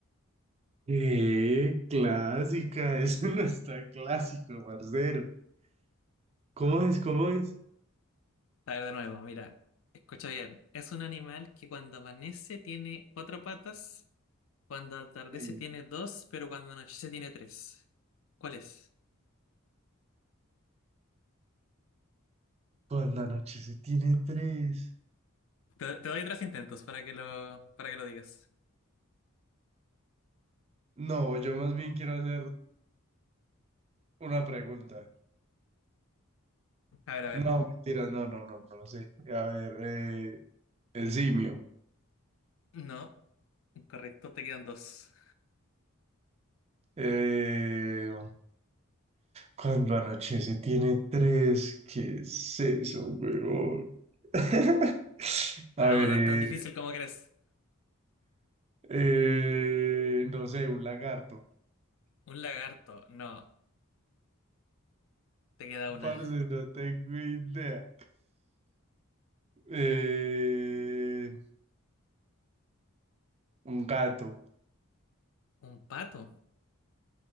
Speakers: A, on the right; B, on the left.
A: Eh, clásica, <laughs> eso no está clásico, parcero. ¿Cómo es? ¿Cómo es?
B: A ver, de nuevo, mira, escucha bien. Es un animal que cuando amanece tiene cuatro patas, cuando atardece
A: Eh,
B: tiene dos, pero cuando anochece tiene tres. ¿Cuál es?
A: Cuando la noche se tiene tres.
B: Te, te doy tres intentos para que lo, para que lo digas.
A: No, yo más bien quiero hacer una pregunta.
B: A ver, a ver.
A: No, mentira, no, no, no, no, sí. A ver, eh, el simio.
B: No, correcto, te quedan dos.
A: Eh, cuando anochece tiene tres, ¿qué es eso, weón? <laughs> A
B: Ah,
A: ver,
B: bueno,
A: eh,
B: no es tan difícil como crees.
A: eh, no sé, un lagarto.
B: Un lagarto, no, te queda una.
A: Parce, no tengo idea. Eh, un gato.
B: Un pato.